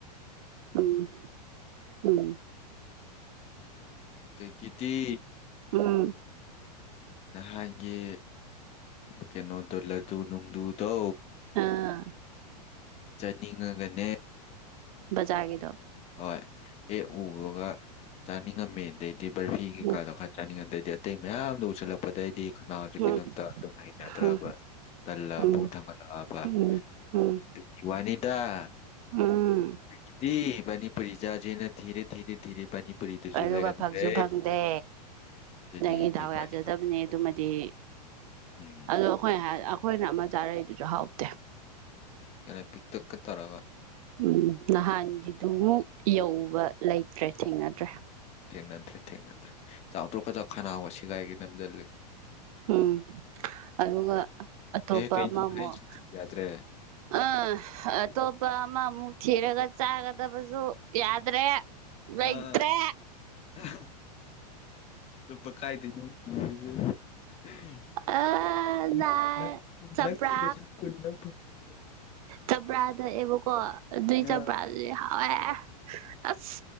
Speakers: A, on the right; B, on the left.
A: ꯎꯝ ꯎꯝ
B: ꯑꯗꯒꯤꯗꯤ
A: ꯎꯝ
B: ꯅꯍꯥꯟꯒꯤ ꯀꯩꯅꯣꯗꯣ ꯂꯗꯨ ꯅꯨꯡꯗꯨꯗꯣ
A: ꯑꯥ
B: ꯆꯠꯅꯤꯡꯉꯒꯅꯦ
A: ꯕꯖꯥꯔꯒꯤꯗꯣ
B: ꯍꯣꯏ ꯍꯦꯛ ꯎꯕꯒ ꯆꯥꯅꯤꯡꯉꯝꯃꯤ ꯑꯗꯩꯗꯤ ꯕꯔꯐꯤ ꯀꯩꯀꯥꯗꯣ
A: ꯎꯝ
B: ꯈꯔ ꯆꯥꯅꯤꯡꯉꯝ ꯑꯗꯩꯗꯤ ꯑꯇꯩ ꯃꯌꯥꯝꯗ ꯎꯁꯤꯜꯂꯛꯄꯗꯩꯗꯤ ꯈꯅꯥꯎꯖꯤ
A: ꯎꯝ
B: ꯀꯩꯅꯣꯝ ꯇꯧꯔ ꯑꯗꯨꯝ ꯍꯩꯅꯗ꯭ꯔꯕ
A: ꯎꯝ
B: ꯇꯜꯂ
A: ꯎꯝ
B: ꯄꯨꯛ ꯊꯥꯡꯒꯠꯂꯛꯑꯕ
A: ꯎꯝ ꯎꯝ
B: ꯑꯗꯨꯒꯤ ꯑꯗꯒꯤꯗꯤ
A: ꯎꯝ
B: ꯃꯤꯅꯤꯄꯨꯔꯤ ꯆꯥꯁꯦꯅ ꯊꯤꯔꯦ ꯊꯤꯔꯦ ꯊꯤꯔꯦ ꯄꯥꯅꯤꯄꯨꯔꯤꯗꯨꯁꯨ
A: ꯑꯗꯨꯒ
B: ꯂꯩꯔꯝꯗ꯭ꯔꯦ
A: ꯐꯪꯁꯨ ꯐꯪꯗꯦ
B: ꯑꯗꯨꯅꯤ
A: ꯅꯪꯒꯤ
B: ꯑꯗꯨꯏ
A: ꯗꯥꯎ
B: ꯄꯥꯅꯤꯄꯨꯔꯤꯗꯣ
A: ꯌꯥꯖꯗꯕꯅꯦ ꯑꯗꯨꯃꯗꯤ
B: ꯎꯝ
A: ꯑꯗꯣ ꯑꯩꯈꯣꯏꯅ ꯍꯥꯏꯔ ꯑꯩꯈꯣꯏꯅ ꯆꯥꯔꯛꯏꯗꯨꯁꯨ ꯍꯥꯎꯇꯦ
B: ꯈꯔꯥ ꯄꯤꯛꯇꯛꯀ ꯇꯩꯔꯒ
A: ꯎꯝ ꯅꯍꯥꯟꯒꯤꯗꯨꯃꯨꯛ ꯌꯧꯕ ꯂꯩꯇ꯭ꯔꯦ ꯊꯦꯡꯅꯗ꯭ꯔꯦ
B: ꯊꯦꯡꯅꯗ꯭ꯔꯦ ꯊꯦꯡꯅꯗ꯭ꯔꯦ ꯆꯥꯎꯇ꯭ꯔꯣꯛꯀꯗ ꯈꯅꯥꯎ ꯁꯦꯒꯥꯏꯒꯤ ꯅꯝꯁꯤꯜꯂꯤ
A: ꯎꯝ ꯑꯗꯨꯒ ꯑꯇꯣꯞꯄ
B: ꯍꯦ ꯀꯩꯅꯣ
A: ꯑꯃꯃꯨꯛ
B: ꯍꯥꯏꯁꯤꯗꯤ ꯌꯥꯗ꯭ꯔꯦ
A: ꯑ ꯑꯇꯣꯞꯄ ꯑꯃꯃꯨꯛ ꯊꯤꯔꯒ ꯆꯥꯒꯗꯕꯁꯨ ꯌꯥꯗ꯭ꯔꯦ ꯂꯩꯇ꯭ꯔꯦ
B: ꯑ <unintelligible> <unintelligible>
A: ꯑꯥ ꯅꯥ ꯆꯝꯄ꯭ꯔꯥ ꯆꯝꯄ꯭ꯔꯥ ꯊꯛꯑꯦꯕꯀꯣ ꯑꯗꯨꯏ
B: ꯍꯥ
A: ꯆꯝꯄ꯭ꯔꯥ ꯑꯗꯨꯗꯤ ꯍꯥꯎꯑꯦ ꯑꯁ